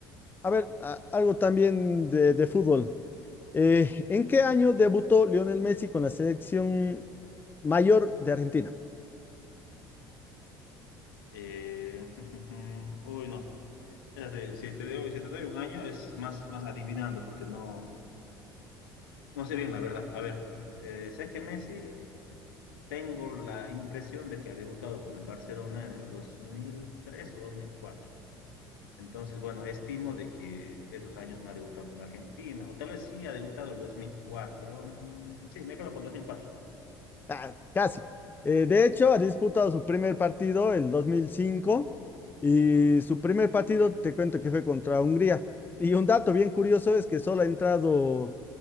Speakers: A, on the left; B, on the left.
A: a ver, a- algo también de, de fútbol. Eh, ¿en qué año debutó Lionel Messi con la selección mayor de Argentina?
B: Eh, <laughs> uy, no. Es así, si te doy, si te doy un año es más, más adivinando porque no, no sé bien la verdad. A ver, eh, sé que Messi tengo la impresión de que ha debutado con el Barcelona en el 2003 o 2004. Entonces, bueno, estimo de que esos años no ha debutado con Argentina, o tal vez sí ha debutado el 2004. Mm, sí, me quedo con 2004.
A: Ah, casi. Eh, de hecho, ha disputado su primer partido el 2005 y su primer partido, te cuento que fue contra Hungría. Y un dato bien curioso es que solo ha entrado